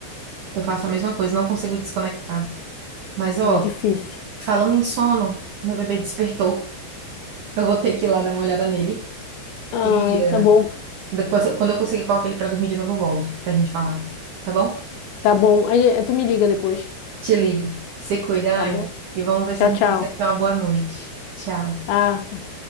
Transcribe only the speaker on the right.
Eu faço a mesma coisa, não consigo desconectar. Mas, ó,
falando em sono, meu bebê despertou. Eu vou ter que ir lá dar uma olhada nele.
E eh,
depois, quando eu conseguir colocar ele pra dormir de novo, eu volto pra gente falar. Tá bom?
Te ligo. Se cuida,
Anne.
E vamos ver
se a gente
consegue ter uma boa noite. Tchau.